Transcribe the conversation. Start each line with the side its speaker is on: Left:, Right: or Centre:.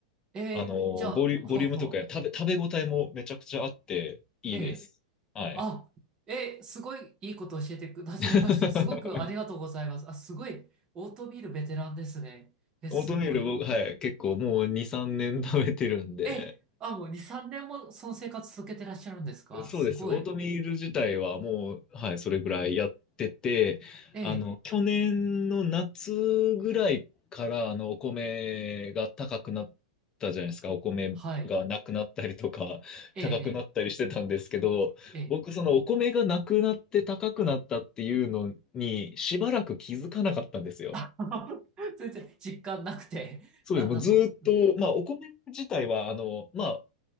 Right: えー、
Left: あの、
Right: じゃあ、
Left: ボリュ、
Right: はあはあ、
Left: ボリュームとかや食べ、食べ応えもめちゃくちゃあっていいです。
Right: ええ
Left: はい。
Right: あ、えーすごいいいことを教えてくださいました。
Left: <laughs>
Right: すごくありがとうございます。あ、すごい、オートミールベテランですね。え、すごい。
Left: オートミール僕、はい、結構もう2、3年食べてるんで、
Right: え、あ、もう2、3年もその生活続けてらっしゃるんですかすごい。
Left: そうです。オートミール自体はもう、はい、それぐらいやってて、
Right: ええ
Left: あの、去年の夏ぐらいから、あの、お米が高くなったじゃないですか。お米がなくなったりとか、
Right: はい。
Left: <laughs>
Right: ええ
Left: 高くなったりしてたんですけど、
Right: ええええ
Left: 僕、そのお米がなくなって高くなったっていうのに、しばらく気づかなかったんですよ。
Right: <laughs> 全然実感なくて。
Left: そうです。
Right: なんだその、
Left: もうずーっと、まあ、お米自体は、あの、まあ、